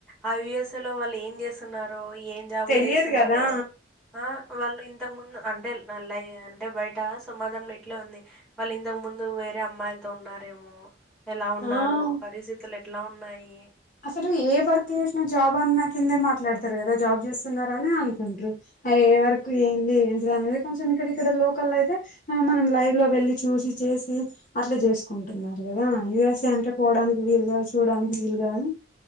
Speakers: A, in the centre; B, on the left.
A: ఆ యూ ఎస్ ఏ లో వాళ్ళు ఏం చేస్తున్నారో ఏం జాబులు
B: తెలియదు
A: చేస్తున్నారు
B: కదా
A: ఆ వాళ్ళు ఇంతకుముందు అంటే నల్లయ అంటే బయట సమాజంలా ఇట్లా ఉంది. వాళ్ళు ఇంతకు ముందు వేరే అమ్మాయిలతో ఉన్నారేమో ఎలా ఉన్నారు
B: ఆ
A: పరిస్థితులు ఎట్లా ఉన్నాయి.
B: అసలు ఏ వర్క్ చేసినా జాబ్ అన్న కిందే మాట్లాడతారు కదా జాబ్ చేస్తున్నార అని అనుకుంటారు ఏ వర్క్ ఏంది ఏంటిది అనేది కొంచెం ఇక్కడ, ఇక్కడ లోకల్ అయితే ఆ మనం లైవ్ లో వెళ్లి చూసి చేసి అట్లా చేసుకుంటున్నారు కదా యయుఎస్ఏ అంటే పోవడానికి వీలు కాదు చూడానికి వీలు కాదు